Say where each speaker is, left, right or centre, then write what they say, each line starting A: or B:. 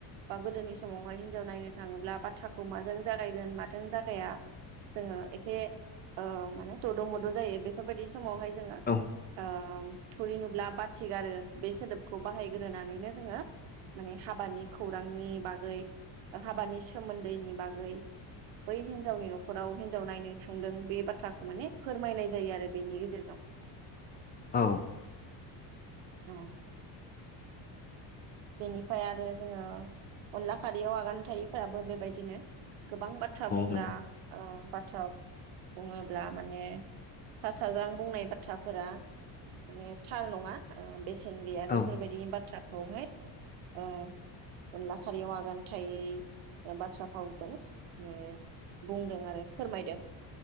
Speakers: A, on the right; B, on the left.
A: बा गोदोनि समावहाय हिन्जाव नायनो थांङोब्ला बाथ्राखौ माजों जागायगोन माथों जागाया जोंङो एसे ओ माने थद मद जायो बे बेफोरबायदि समावहाय जोंङो
B: औ
A: ओम थुरि नुब्ला बाथ थिगारो आरो बे सोदोबखौ बाहायग्रोनानैनो जोंङो माने हाबानि खौरांनि बागै हाबानि सोमोन्दैनि बागै बै हिनजावनि नखराव हिज जाव नायनो थांदों बे बाथ्राखौ माने फोरमायनाय जायो आरो बेनि गेजेरजों औ
B: औ
A: <unintelligible> बेनिफ्राय आरो जोंङो अनला खारैयाव आगान थायैफोराबो बेबायदिनो गोबां बाथ्रा बुंग्रा
B: नंगौ
A: ओ बाथ्रा बुंङो ब्ला माने सा साज्रां बुंनाय बाथ्राफोरा माने थार नंङा ओ बेस सेेन गैया
B: औ
A: बेफोरबायदिनि बाथ्रा औहाय औ अनला खारि आगोन थ थायै बाथ्रा फावजों माने बुं दं आरो। फोरमायदों